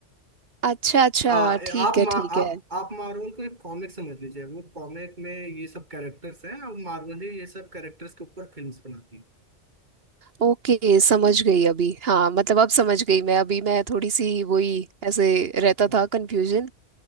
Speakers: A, on the right; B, on the right.
A: अच्छा अच्छा
B: आ,
A: ठीक
B: आप मा,
A: है
B: आप
A: ठीक है
B: आप मार्वल को एक कॉमिक समझ लीजिए वो कॉमिक में ये सब कैरेक्टर्स हैं और मार्वल ही ये सब कैरेक्टर्स के ऊपर फिल्म्स बनाती
A: ओके समझ गई अभी हाँ मतलब अब समझ गई मैं अभी मैं थोड़ी सी वही ऐसे रहता
B: है
A: था कंफ्यूजन